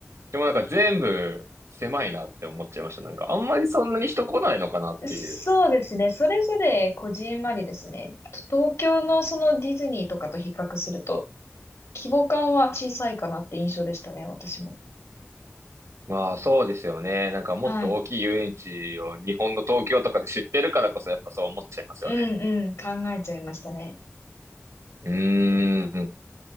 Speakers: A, on the right; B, on the left.
A: でもなんか全部狭いなって思っちゃいました。なんかあんまりそんなに人来ないのかなっていう。
B: そうですね。それぞれこじんまりですね。と東京のそのディズニーとかと比較すると、規模感は小さいかなって印象でしたね、私も。
A: まあそうですよね。なんかもっと大きい遊園地を日本の東京とかで知ってるからこそやっぱそう思っちゃいますよね。
B: はい。うんうん、考えちゃいましたね。
A: うーん。